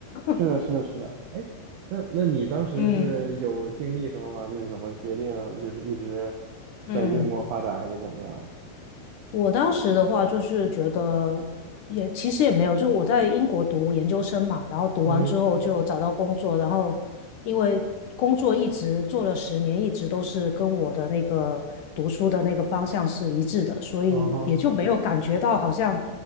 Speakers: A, on the right; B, on the left.
A: 是的，
B: <laughs>
A: 是的，是的。哎，那那你当时是有经历什么吗？
B: 嗯
A: 就是怎么决定，就是一直
B: 嗯。
A: 在英国发展，还是怎么样？
B: 我当时的话就是觉得也其实也没有，就我在英国读研究生嘛，然后读完之后就找到工作，
A: 嗯，
B: 然后因为工作一直做了十年，一直都是跟我的那个读书的那个方向是一致的，所以也就没有感觉到好像
A: 嗯哼，